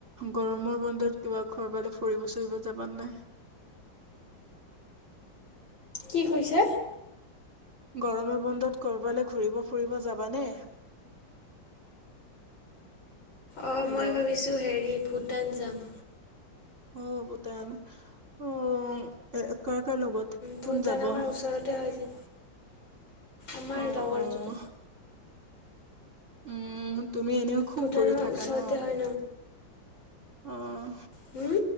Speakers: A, on the right; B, on the left.
A: গৰমৰ বন্ধত কিবা কৰবালে ফুৰিব চুৰিব যাবা নে নাই?
B: কি কৈছে?
A: গৰমৰ বন্ধত ক'ৰবালে ঘূৰিব ফুৰিব যাবানে?
B: অ
A: হেল্ল'
B: মই ভাবিছো হেৰি ভূটান যাম।
A: অ ভূটান অ! এ কাৰ কাৰ লগত
B: ভূটান
A: কোন যাব?
B: আমাৰ ওচৰতে হয় যে, আমাৰ
A: অ'
B: লগৰ
A: অ'
B: যাব।
A: উম তুমি এনেও খুব
B: ভূটান
A: ঘূৰি
B: আমাৰ
A: থাকা
B: ওচৰতে
A: ন?
B: হয়
A: অঁহ
B: হুম